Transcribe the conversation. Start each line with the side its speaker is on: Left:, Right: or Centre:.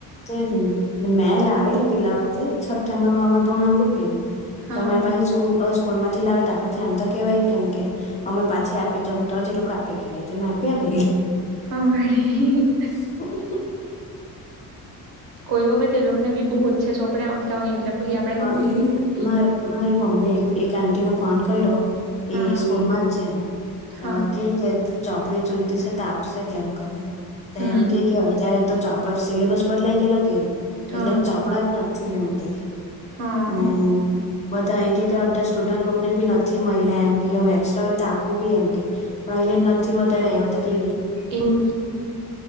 Left: તેજ ને મેં લાવેલી પેલા વખતે છઠ્ઠામાં અમે ભણાવલું કેની
Right: હા
Left: તો મે પહી સ્કૂલ અ સ્કૂલમાંથી લાવે તો પછી આપણાથી એમતો કેવાય કેની કે હમે પાછી આપી જહુ તો જ એલોકો આપે કે ની એટલે મે આપ્યા વેલી
Right: હ વળી
Left: <unintelligible>
Right: કોઈ વખતે એ લોકોને બી બો ઓચ્છા ચોપડા આવતા હોય એટલે પછી આપડાથી
Left: હા <unintelligible> મારે મારી મમ્મી એ એક આન્ટીને ફોન કર્યો
Right: હા
Left: એ સ્કૂલમાં જ છે
Right: હા
Left: અ કે કે ચોપડી જોઈતી છે, તો આપશે કેમ કરીને તો
Right: હમ
Left: એમ કે કે અત્યારે તો ચાપડા સિલેબસ બદલાઈ ગેલ કેની
Right: હા
Left: એટલે ચાપડા જ નથી એમ કેય
Right: હા
Left: ને બધા એમ કે કે અડધા સ્ટુડન્ટ લોકોને બી નથી મયલા એમ કેઈ હવે એક્સ્ટ્રા હોય તો આપું બી એમ કે પણ અહિયાં નથી વધારે આવ્યા તો કેવી રી
Right: એવું જ